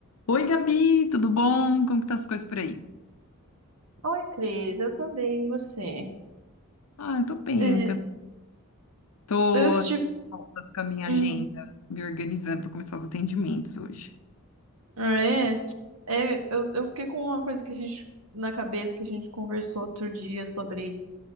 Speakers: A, on the left; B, on the right.
A: Oi, Gabi, tudo bom? Como que tá as coisas por aí?
B: Oi, Cris, eu tô bem, e você?
A: Ah, eu tô bem,
B: É,
A: tá- tô
B: eu estive.
A: voltas com a minha
B: Hum,
A: agenda, me organizando para começar os atendimentos hoje.
B: ah, é, é, eu, eu fiquei com uma coisa que a gente na cabeça que a gente conversou outro dia sobre